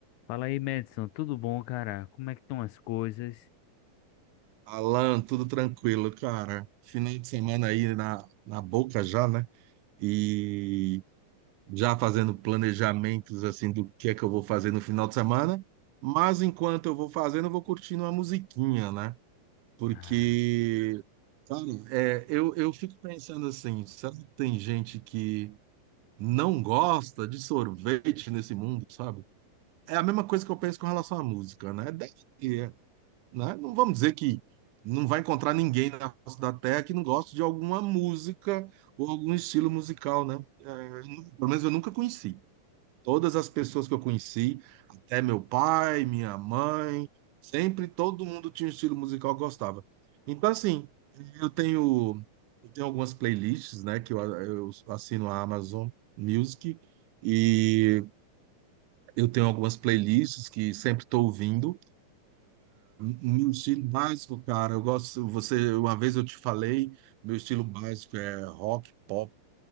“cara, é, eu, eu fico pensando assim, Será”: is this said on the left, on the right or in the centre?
Right